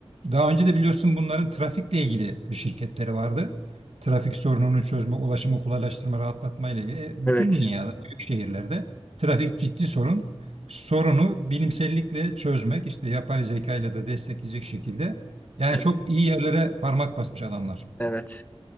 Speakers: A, on the right; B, on the left.
A: daha önce de biliyorsun bunların trafikle ilgili bir şirketleri vardı. Trafik sorununu çözme, ulaşımı kolaylaştırma, rahatlatma ile ilgili. E,
B: evet,
A: Bütün dünyada, büyük şehirlerde trafik ciddi sorun. Sorunu bilimsellikle çözmek, işte yapay zeka ile de destekleyecek şekilde. Yani
B: evet,
A: çok iyi yerlere parmak basmış adamlar.
B: evet.